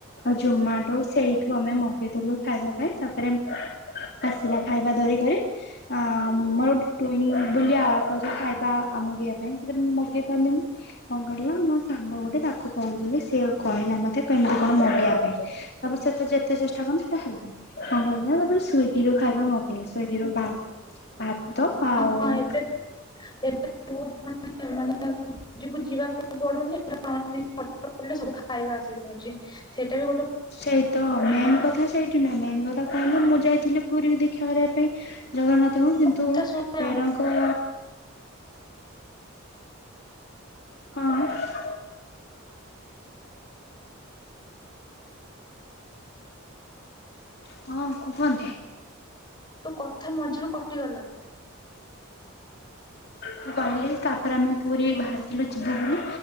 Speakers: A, on the left; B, on the left.
A: ଆଉ ଜୋମାଟୋ ସେଇଠୁ ଆମେ ମଗେଇଦେଲୁ ଖାଇବା ପାଇଁ ତାପରେ ଆସିଲା ଖାଇବା ଧରିକରି। ଆ ମୋର ଗୋଟେ ଟୁଇଁ ବୋଲି ଆପ ଅଛି ଖାଇବା ଆମଗେଇବା ପାଇଁ ସେଥିରେ ମୁଁ ମଗେଇ ପାରିଲିନି। କଣ କରିବା ମୋ ସାଙ୍ଗ ଗୋଟେ ତାକୁ କହିଦେଲି ସିଏ କହିଲା ମତେ କେମିତି କଣ ମଗେଇିବା ପାଇଁ। ତାପରେ ସେଟା ଯେତେ ଚେଷ୍ଟା କନି ସେଇଟା ହେଇ ପାଇ କଁ କହି ମୁଁ ଭାବିଲି ସ୍ଵିଡି ରୁ ଖାଇବା ମଗେଇ ସ୍ଵିଡି ରୁ ଭା-ଭାତ ଆଉ
B: ହଁ ଏବେ ଏବେ ବୋହୁତ ମାନେ ମାନେ ନିଜକୁ ଯିବାକୁ ପଡୁନି ମାନେ <unintelligible> ଡ଼ର କଲେ ସବୁ ଖାଇବା ଆସି ଯାଉଚି ସେଇଟା ବି ଗୋଟେ
A: ସେଇ ତ ମେନ୍ କଥା ସେଇଠି ନା ମେନ୍ କଥା କହିଲୁ ମୁଁ ଯାଇଥିଲି ପୁରୀ ଦେଖା କରିବା ପାଇଁ। ଜଗନ୍ନାଥଙ୍କୁ
B: ତମ
A: କିନ୍ତୁ
B: କଥା ଶୁଣା ଯାଉନି
A: ବେରଙ୍କ ହଁ। ହଁ କୁ କୁହନ୍ତ।
B: ତୋ କଥା ମଝିରୁ କଟିଗଲା।
A: ମୁଁ କହିଲି ତାପରେ ଆମେ ପୁରୀ ବାହାରିଥିଲୁ ଯିବୁ ବୁଲି